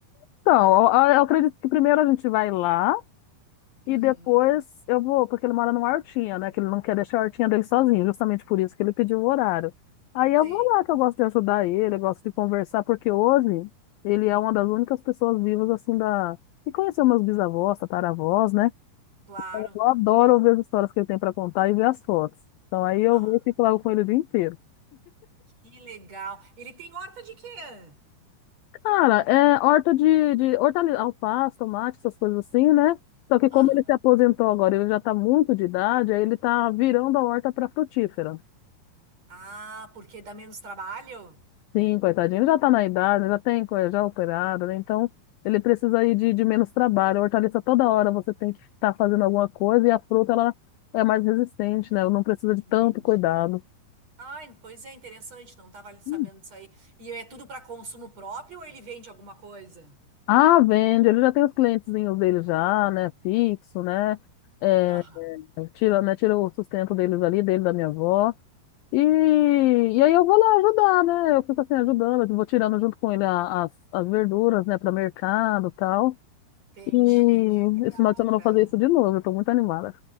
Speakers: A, on the left (about 80°); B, on the right (about 40°).
A: Então, eu, eu acredito que primeiro a gente vai lá.
B: Uhum.
A: E depois eu vou, porque ele mora numa hortinha, né? Que ele não quer deixar a hortinha dele sozinho, justamente por isso que ele pediu o horário. Aí
B: Sim,
A: eu vou lá, que eu gosto de ajudar ele, eu gosto de conversar, porque hoje ele é uma das únicas pessoas vivas, assim, da... que conheceu meus bisavós, tataravós, né?
B: claro.
A: Eu adoro ver as histórias que ele tem para contar e ver as fotos. Então aí eu
B: Ah,
A: vou e fico lá com ele o dia inteiro.
B: que legal. Ele tem horta de quê?
A: Cara, é horta de, de hortaliça, alface, tomate, essas coisas assim, né? Só que
B: Aham.
A: como ele se aposentou agora, ele já tá muito de idade, aí ele tá virando a horta para frutífera.
B: Ah, porque dá menos trabalho?
A: Sim, coitadinho, ele já está na idade, já tem coisa já operada, né? Então ele precisa aí de, de menos trabalho. A hortaliça toda hora você tem que estar fazendo alguma coisa e a fruta ela é mais resistente, né? Ela não precisa de
B: Entendi.
A: tanto cuidado.
B: ah pois é, interessante, não estava sabendo
A: Hum.
B: disso aí. E é tudo para consumo próprio ou ele vende alguma coisa?
A: Ah, vende, ele já tem os clientezinhos dele já, né? Fixo, né? É,
B: Aham,
A: tira, né? Tira o sustento deles ali, dele da minha avó. E, e aí eu vou lá ajudar, né? Eu fico assim ajudando, eu vou tirando junto com ele a- as, as verduras, né, para mercado e tal.
B: entendi.
A: E
B: Que legal,
A: esse final de semana
B: cara.
A: eu vou fazer isso de novo, eu tô muito animada.